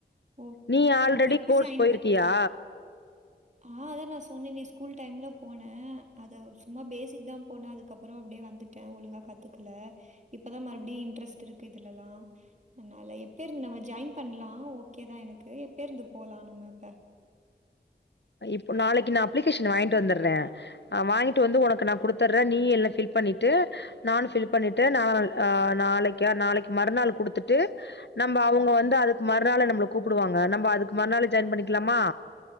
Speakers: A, on the right; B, on the left.
A: ஓகே
B: நீ
A: ஓகே
B: ஆல்ரெடி
A: அப்ப எப்ப
B: கோர்ஸ்
A: ஜாய்ன்
B: போயிருக்கியா
A: பண்ணிக்கலா ஆ அதா நா சொன்னனே ஸ்கூல் டைம் ல போன ஆ அது சும்மா பேசிக் தா போனே அதுக்கப்பற அப்டியே வந்துட்ட ஒழுங்கா கத்துக்கல இப்பதா மறுபடியு இன்ட்ரஸ்ட் இருக்கு இதுல லா அதனால எப்ப இருந்து நம்ம ஜாயின் பண்லா ஒ க்கேதா எனக்கு எப்ப இருந்து போலா நம்ம இப்ப
B: இப்ப நாளைக்கு நா அப்ளிகேஷன வாங்கிட்டு வந்தர்றே வாங்கிட்டு வந்து உனக்கு நா குடுத்தர்றே நீயு எல்லா ஃபில் பண்ணிட்டு நானு ஃபில் பண்ணிட்டு நாள் நாளைக்கா நாளைக்கு மறுநாள் குடுத்துட்டு நம்ம அவுங்க வந்து அதுக்கு மறுநாளே நம்மள கூப்புடுவாங்க நம்ப அதுக்கு மறுநாளே ஜாயின் பண்ணிக்கலாமா